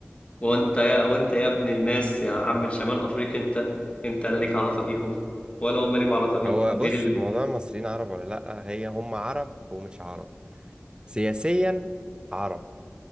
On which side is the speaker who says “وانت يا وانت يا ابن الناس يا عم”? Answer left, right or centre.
Left